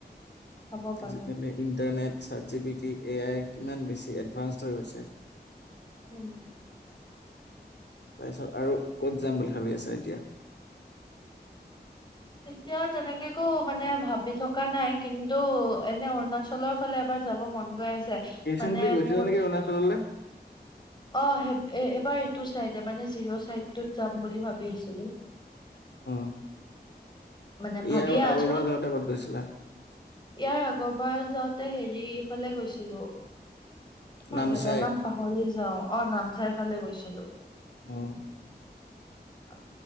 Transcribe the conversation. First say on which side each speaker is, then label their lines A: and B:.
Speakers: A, on the left (about 25°); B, on the left (about 85°).
A: হ'ব পাৰে
B: আজিকালি ইণ্টাৰনেট তাত G B T, A I কিমান বেছি এডভানস হৈ গৈছে।
A: উম
B: তাৰপিছত আৰু ক'ত যাম বুলি ভাবি আছা এতিয়া
A: এতিয়া তেনেকে একো মানে ভাবি থকা নাই কিন্তু এনে অৰুণাচলৰ ফালে এবাৰ যাব মন গৈ আছে
B: ৰিচেণ্টলি
A: মানে
B: গৈছিলা
A: মোৰ
B: নেকি অৰুণাচললে?
A: অ সে এবাৰ এইটো চাইডে মানে জিৰ' চাইডটোত যাম বুলি ভাবি আছিলো
B: উম
A: মানে ভাবিয়ে
B: ইয়াৰ আগৰবাৰ
A: আছো
B: যাওঁতে কত গৈছিলা
A: ইয়াৰ আগৰবাৰ যাওঁতে হেৰিফালে গৈছিলো মই
B: নামচাই
A: জেগা নাম পাহৰি যাওঁ অ নামচাই ফালে গৈছিলো
B: উম
A: অ